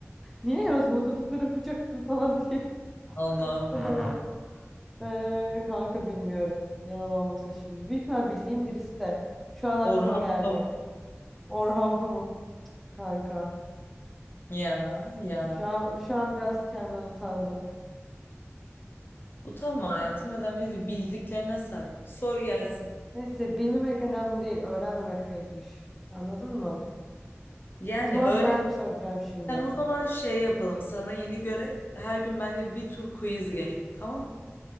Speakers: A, in the centre; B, on the left.
A: Niye yazmadınız? Ben okuyacaktım falan diye. <laughs>
B: <laughs> Allah'ım
A: Adama.
B: ya.
A: Ee, kanka bilmiyorum. Yalan olmasın şimdi. Büyük ihtimal bildiğim birisi de şu an aklıma
B: Orhan
A: gelmiyor.
B: Pamuk.
A: Orhan Pamuk kanka.
B: Ya ya.
A: Şu an, şu an biraz kendimden utandım.
B: Utanma hayatım önemli değil. Bildiklerine say. Sor gelsin.
A: Neyse bilmemek önemli değil. Öğrenmemek ayıpmış. Anladın mı?
B: Yani
A: O zaman
B: öğren
A: ben soracağım şimdi.
B: Sen o zaman şey yapalım. Sana yeni göre her gün benimle bir tur quiz game. Tamam.